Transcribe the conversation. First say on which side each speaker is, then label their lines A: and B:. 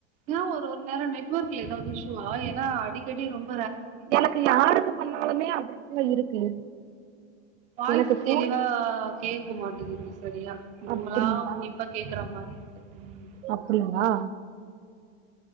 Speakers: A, on the right (about 20°); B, on the right (about 85°).
A: ஏன் ஒரு ஒரு நேரம் நெட்வொர்க்ல ஏதாவது இஷ்யுவா ஏன்னா அடிக்கடி ரொம்
B: எனகு யாருக்கு பண்ணாலுமே அப்டி இல்ல இருக்கு
A: வாய்ஸ்
B: எனக்கு ஃபோன்
A: தெளிவா கேக் க்கு மாட்டிகிது சரியா நம்மளா
B: அப்படிங்களா
A: உன்னிப்பா கேக்குற மாரி இருக்கு ம்
B: அப்படிங்களா